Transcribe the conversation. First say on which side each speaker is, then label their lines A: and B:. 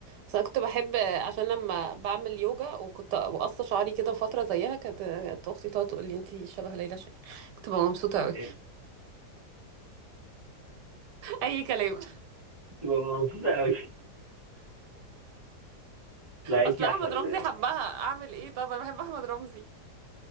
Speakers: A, on the right (about 85°); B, on the right (about 15°).
A: بس انا كنت بحب عشان لما بعمل يوجا وكنت بقص شعري كده فتره زيها كانت كانت اختي تقعد تقول لي انت شبه ليلى شاهين كنت ببقى مبسوطه قوي
B: ايه ده؟
A: اي كلام
B: تبقى مبسوطه قوي <laughs> لا انت
A: اصل
B: احلى
A: احمد
B: من
A: رمزي
B: ده
A: حبها
B: يعني
A: اعمل ايه طب انا بحب احمد رمزي